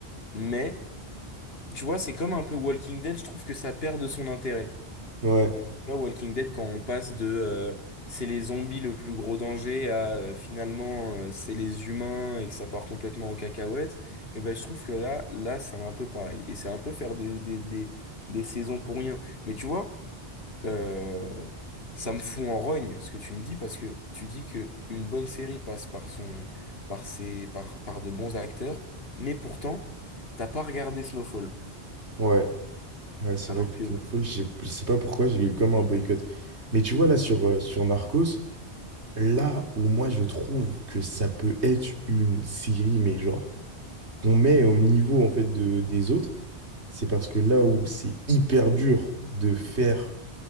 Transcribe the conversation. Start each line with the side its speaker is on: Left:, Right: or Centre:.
Left: Mais, tu vois, c'est comme un peu Walking Dead, je trouve que ça perd de son intérêt.
Right: Ouais,
Left: Genre Walking Dead, quand on passe de euh, c'est les zombies le plus gros danger à euh, finalement euh, c'est les humains et que ça part complètement en cacahuète, et ben je trouve que là, là c'est un peu pareil. Et c'est un peu faire des, des, des, des saisons pour rien. Mais tu vois, euh, ça me fout en rogne ce que tu me dis parce que tu dis que une bonne série passe par son, par ses, par, par de bons acteurs, mais pourtant, t'as pas regardé Snowfall.
Right: ouais, ouais, c'est
Left: Alors
Right: vrai que
Left: que
Right: Snowfall, j'ai- je sais pas pourquoi, j'ai eu comme un boycott. Mais tu vois, là, sur, euh, sur Narcos, là où moi, je trouve que ça peut être une série, mais genre. qu'on met au niveau en fait de, des autres, c'est parce que là où c'est hyper dur de faire